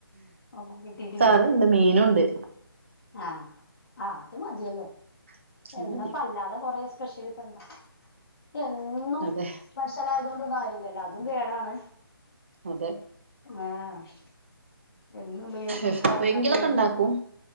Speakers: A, on the left; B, on the right.
A: ഒന്നും കിട്ടീട്ടില്ലേ
B: കറിയുണ്ട് മീനുംണ്ട്
A: ആഹ് ആഹ് അത് മതിയല്ലോ
B: അത്
A: എന്തപ്പ
B: മതി
A: അല്ലാതെ കൊറെ സ്പെഷ്യല് ഇപ്പ എന്താ എന്നും
B: അതെ
A: സ്പെഷ്യലായതൊണ്ടും കാര്യല്ലല്ലോ അതും കേടാണ്
B: അതെ
A: ആഹ് എന്നും ഉപയോഗിക്കാറിണത്
B: എപ്പഴെങ്കിലൊക്കെ
A: വല്ല്യ
B: ഇണ്ടാക്കും